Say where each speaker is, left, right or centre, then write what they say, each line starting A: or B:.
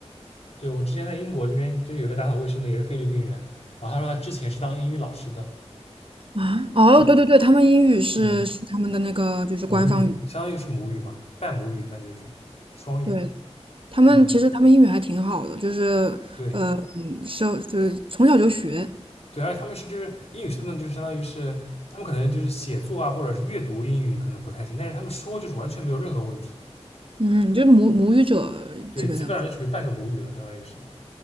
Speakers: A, on the left; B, on the right.
A: 对，我之前在英国这边就有一个打扫卫生的也是菲律宾人，然后他说他之前是当英语老师的，
B: 啊，哦，对对对，他们英语是是他们的那个就是官方语，
A: 嗯，母语相当于是母语嘛，半母语感觉这种双语，
B: 对，他们其实他们英语还挺好的，
A: 嗯，
B: 就是呃，
A: 对
B: 嗯是就是从小就学，
A: 对，而且他们是就是英语是他们就是相当于是他们可能就是写作啊或者是阅读英语可能不太行，但是他们说就是完全没有任何问题，
B: 嗯，就是母母语者基本上，
A: 对，基本上就属于半个母语了，相当于是，